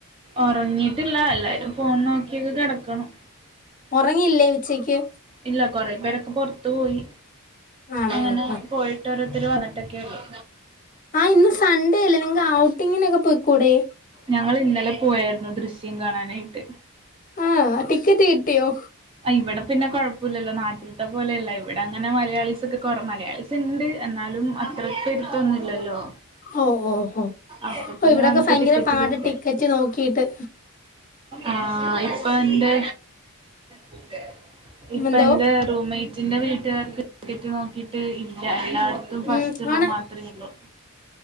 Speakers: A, on the right; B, on the left.
A: ഒറങ്ങി ട്ടില്ല എല്ലാരും ഫോണ് നോക്കി ഇത് കെടക്കണം.
B: ഒറങ്ങില്ലേ ഉച്ചയ്ക്ക്?
A: ഇല്ല, കൊറെ പേരൊക്കെ പൊറത്ത് പോയി.
B: ആണോ
A: അങ്ങനെ
B: ആ ആ
A: പോയിട്ടൊരോ ര് വന്നിട്ടൊക്കെയൊള്ളു.
B: ആഹ് ഇന്ന് സൺഡേ അല്ലേ നിങ്ങക്ക് ഔട്ടിങ്ങിനൊക്കെ പോയിക്കൂടെ
A: ഞങ്ങൾ ഇന്നലെ പോയായിരുന്നു ദൃശ്യം കാണാനായിട്ട്
B: ആഹ ടിക്കറ്റ് കിട്ടിയോ
A: ഇവിടെ പിന്നെ കൊഴപ്പല്ലല്ലോ നാട്ടില്ത്തെ പോലെയല്ല ഇവിടെ അങ്ങനെ മലയാളിസൊക്കെ കൊറ മലയാളിസ്ണ്ട് എന്നാലും അത്ര പെരുത്തോന്നുല്ലല്ലോ
B: ഓ ഓ ഓ
A: അപ്പപിന്നെ
B: ഓ ഇവിടൊക്കെ
A: നമക്ക്
B: ഭയങ്കര
A: ടിക്കറ്റ്
B: പാട്
A: കിട്ടും
B: ടിക്കറ്റ് നോക്കിയിട്ട്
A: ആഹ് ഇപ്പണ്ട് കുത്തേ ഇപ്പ
B: എന്തോ
A: എന്റെ റൂമെയ് പിന്നെ വീട്ടാർക്ക് ടിക്കറ്റ് നോക്കിട്ട് ഇല്ലായിരുന്നു എല്ലാട്ത്തും ഫസ്റ്റ്
B: ഉം
A: റൂം
B: ആണ്
A: മാത്രേള്ളു